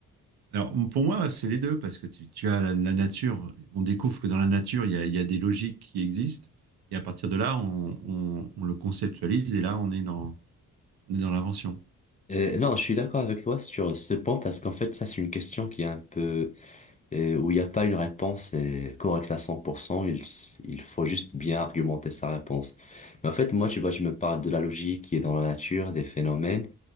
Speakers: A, on the right; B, on the left.
A: Alors, pour moi, c'est les deux, parce que tu, tu as la, la nature. On découvre que dans la nature, il y a, il y a des logiques qui existent. Et à partir de là, on, on- on le conceptualise, et là, on est dans, on est dans l'invention.
B: Euh, non, je suis d'accord avec toi sur ce point parce qu'en fait, ça, c'est une question qui est un peu et où il n'y a pas une réponse euh, correcte à 100%, il, s- il faut juste bien argumenter sa réponse. Mais en fait, moi, tu vois, je me parle de la logique qui est dans la nature, des phénomènes.